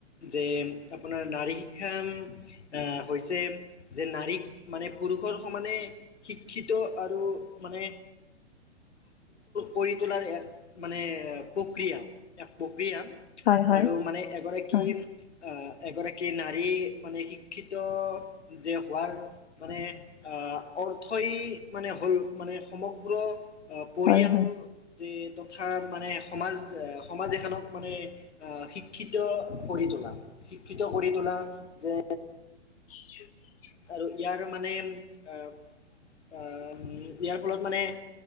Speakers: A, on the left; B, on the left.
A: যে আপোনাৰ নাৰী শিক্ষা এ হৈছে যে নাৰীক মানে পুৰুষৰ সমানে শিক্ষিত আৰু মানে কৰি তোলাৰ এক মানে প্ৰক্ৰিয়া এক প্ৰক কিয়া ম
B: হয় হয়
A: আৰু মানে এগৰাকী
B: হয়।
A: আ এগৰাকী নাৰী মানে শিক্ষিত যে হোৱাৰ মানে আহ অৰ্থই মানে হ'ল মানে সমগ্ৰ। অহ পৰিয়াল
B: হয় হয়
A: যে তথা মানে সমাজ সমাজ এখনক মানে আ শিক্ষিত কৰি তোলা শিক্ষিত কৰি তোলা যে
B: হ
A: আৰু ইয়াৰ মানে আহ আহ ইয়াৰ ফলত মানে